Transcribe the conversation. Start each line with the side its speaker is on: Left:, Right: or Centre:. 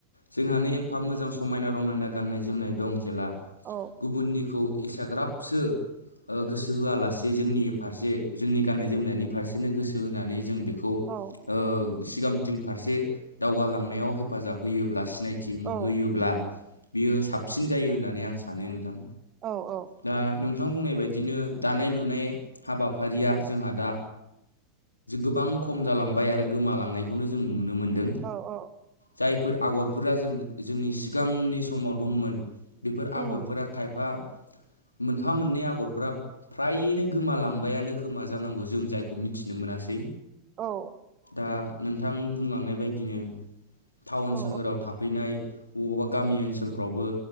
Left: जोंहानो एफा मोजां समायना रमायना गाननाय जोमनाय दं जेला
Right: औ
Left: गुबुननिखौ एसाग्राबसो ओ गोसो होआलासे जोंनि फारसे जोंनि गाननाय जोमनायनि फारसेनो गोसो होनानै जों बेखौ खौ
Right: औ
Left: ओ सिगांथिं फारसे दावगालांनायाव हेफाजाब होयोब्ला सिनाय थि
Right: औ
Left: होयोब्ला बियो साबसिन जायो होननानै आं सानो नोंथां।
Right: औ औ।
Left: दा नोंथां बुंनाय बायदिनो दानाय लुनाय हाबाफारिया जोंहा दा। गोबां खम जालांबाय आरो गोमालांनायखौनो जों नुनो मोनदों।
Right: औ औ
Left: जायफोर आगरफोरा जोंनि सिगांनि समाव दंमोन। बेफोर
Right: उम
Left: आगरफोरा खायफा मोनफा मोननै आगरफोरा फ्रायैनो गोमालांबायानो खोमा जानांगौ जों जायखौ मिथिनो मोनासै।
Right: औ।
Left: दा नोंथां बुंलांनाय बायदिनो टाउन
Right: औ
Left: सोहोराव थाफैनाय। बबावबा गामि ओनसोलफ्रावबो